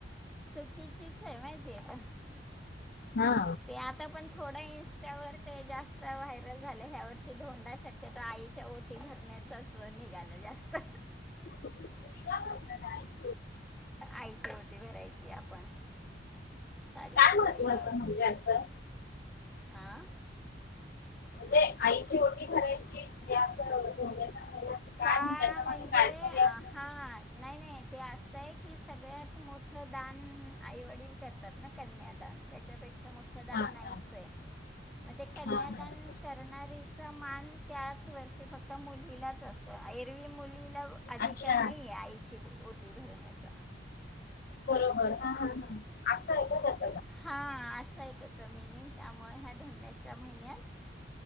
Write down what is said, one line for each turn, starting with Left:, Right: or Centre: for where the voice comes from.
Centre: चुकीचीच आहे माहितीय का,
Left: हा.
Centre: ते आता पण थोडा इं्स्टावर ते जास्त व्हायरल झालं ह्या वर्षी धोंडा शक्यतो आईच्या ओटी भरण्याचच निघालं जास्त
Left: का जायच
Centre: आईची ओटी भरायची आपण साडी
Left: काय
Centre: चोळी
Left: महत्व
Centre: वांग
Left: आपण म्हणजे असं
Centre: आ
Left: म्हणजे आईची ओटी भरायची <unintelligible> काय
Centre: का
Left: त्याच्या
Centre: म्हणजे
Left: मागे काहीतरी
Centre: अ,
Left: असेल.
Centre: हा नाही नाही ते असं की सगळ्यात मोठं दान आईवडील करतात ना कन्यादान त्याच्यापेक्षा मोठं दान
Left: हा हा
Centre: नाहीच आहे म्हगज ते कन्यादान
Left: हा हा
Centre: करणारीचा मान त्याच वर्षी फक्त मुलीलाच असत एरवी मुली आप अधिकार
Left: अच्छा
Centre: नाही आहे आईची ओटी भरण्याचा
Left: बरोबर ह ह ह असं आहे का त्या
Centre: हा असं आहे त्याच मीनिंग त्यामुळे ह्या धोंड्याच्या महिन्यात